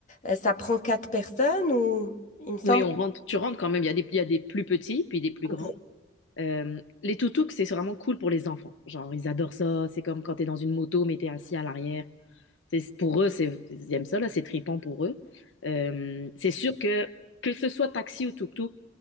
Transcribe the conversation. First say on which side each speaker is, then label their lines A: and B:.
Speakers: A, on the left; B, on the left.
A: euh, ça prend quatre personnes ou il me semble
B: Oui, on rentre, tu rentres quand même. Il y a des, il y a des plus petits, puis des plus grands.
A: que...
B: Euh, les toutouks, c'est vraiment cool pour les enfants. Genre, ils adorent ça. C'est comme quand tu es dans une moto, mais t'es assis à l'arrière. C'est- Pour eux, c'est, ils aiment ça, là, c'est trippant pour eux. Euh, c'est sûr que, que ce soit taxi ou tuk-tuk,